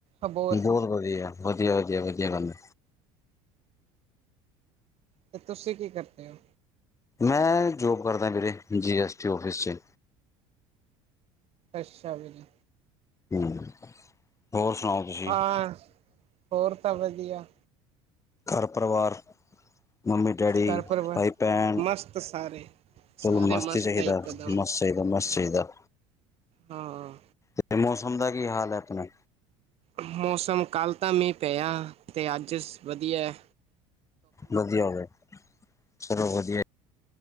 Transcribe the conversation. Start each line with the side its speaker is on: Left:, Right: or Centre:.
Right: ਅਬੋਰ
Left: ਬਹੁਤ ਵਧੀਆ, ਵਧੀਆ ਵਧੀਆ ਵਧੀਆ ਗੱਲ ਐ।
Right: ਤੇ ਤੁਸੀਂ ਕੀ ਕਰਦੇ ਉਹ?
Left: ਮੈਂ ਜੋਬ ਕਰਦਾ ਵੀਰੇ ਜੀ, ਐੱਸ ਟੀ ਆਫਿਸ 'ਚ।
Right: ਅੱਛਾ ਵੀਰ ਜ
Left: ਹੂੰ, ਹੋਰ ਸੁਣਾਓ? ਤੁਸੀਂ
Right: ਹਾਂ, ਹੋਰ ਤਾਂ ਵਧੀਆ।
Left: ਘਰ ਪਰਿਵਾਰ, ਮੰਮੀ ਡੈਡੀ
Right: ਘਰ ਪਰਿਵਾਰ
Left: ਭਾਈ ਭੈਣ?
Right: ਮਸਤ ਸਾਰੇ ਸਾਰੇ
Left: ਚਲੋਂ ਮਸਤ ਹੀ ਚਾਹੀਦਾ,
Right: ਹੈ ਇਕਦਮ
Left: ਮਸਤ ਚਾਹੀਦਾ ਮਸਤ ਚਾਹੀਂਦਾ।
Right: ਹਾਂ ਆ।
Left: ਅਤੇ ਮੌਸਮ ਦਾ ਕੀ ਹਾਲ ਐ, ਆਪਣਾ?
Right: ਮੌਸਮ ਕੱਲ੍ਹ ਤਾਂ ਮੀਂਹ ਪਿਆ ਤੇ ਸ ਅੱਜ ਵਧੀਆ ਐ।
Left: ਵਧੀਆ ਹੋ ਗਿਆ, ਚਲੋਂ ਵਧੀਆ।